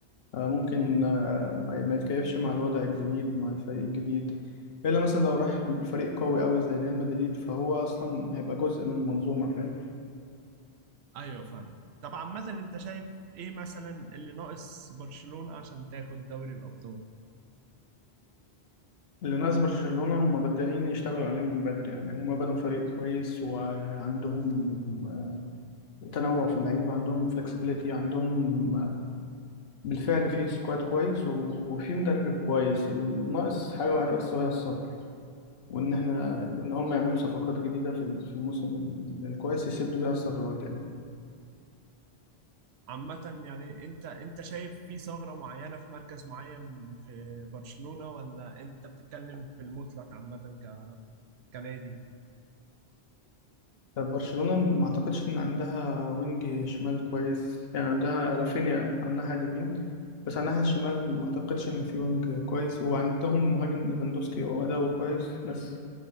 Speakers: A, on the left; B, on the right.
A: آه، ممكن
B: م- م.
A: آه، ما ما يتكيفش مع الوضع الجديد مع الفريق الجديد إلا مثلا لو راح فريق قوي أوي زي ريال مدريد فهو أصلا هيبقى جزء من منظومة فاهم
B: ايوه فاهم طبعا مثلا انت شايف ايه مثلا اللي ناقص برشلونة عشان تاخد دوري الابطال
A: اللي ناس برشلونة هم بادئين يشتغلوا عليه من بدري يعني هم بنوا فريق كويس وعندهم آه، تنوع في اللعيبة عندهم فlexibility عندهم آه، بالفعل في سكواد كويس و- وفي مدرب كويس الناقص حاجة واحدة بس وهي الصبر وإن إحنا
B: م- م.
A: إن هم يعملوا صفقات جديدة في في الموسم الكويس يسدوا بيها الثغرات يعني
B: عامة يعني انت انت شايف في ثغرة معينة في مركز معين في برشلونة ولا انت بتتكلم في المطلق عامة ك... كنادي
A: طب برشلونة ما اعتقدش ان عندها وينج شمال كويس يعني عندها رافينيا على الناحية اليمين بس على الناحية الشمال ما اعتقدش ان في وينج كويس وعندهم مهاجم ليفاندوسكي هو اداؤه كويس بس